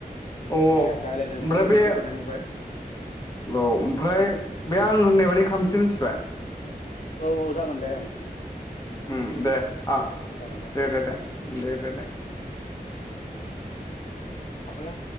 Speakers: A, on the left (about 25°); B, on the left (about 50°).
A: औ औ
B: दे रायलायनो
A: ओमफ्राय
B: मोनना जोबोद
A: बे
B: गोजोननाय मोनबाय।
A: औ ओमफ्राय बे आं होननाय बादि खामसै मिथिबाय।
B: औ औ जागोन दे ओं।
A: ओम दे। आ
B: दे जागोन
A: दे
B: ओं
A: दे दे दे दे दे।
B: आबाया